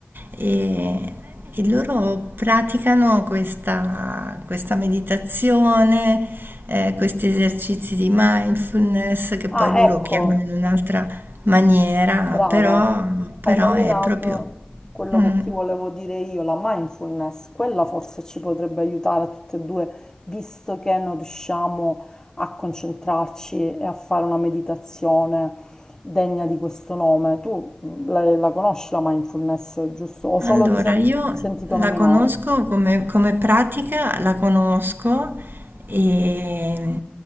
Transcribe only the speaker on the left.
Ah,
ecco,
brava,
hai nominato
quello
che ti volevo dire io, la mindfulness. Quella forse ci potrebbe aiutare a tutte e due, visto che non riusciamo a concentrarci e a fare una meditazione degna di questo nome. Tu mm, la, la conosci la mindfulness, giusto? O solo
di, sen-
di sentito
nominare?